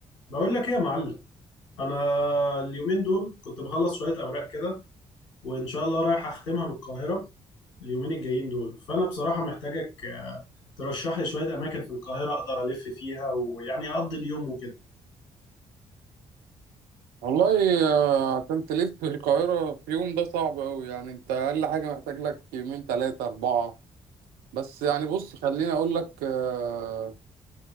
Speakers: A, on the left; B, on the right.
A: بقول لك ايه يا معلم انا اليومين دول كنت بخلص شويه اوراق كده وان شاء الله رايح اختمها بالقاهره اليومين الجايين دول فانا بصراحه محتاجك آه، ترشح لي شويه اماكن في القاهره اقدر الف فيها ويعني اقضي اليوم وكده
B: والله آه، عشان تلف في القاهرة في يوم ده صعب أوي يعني أنت أقل حاجة محتاج لك يومين تلاتة أربعة بس يعني بص خليني أقول لك آه،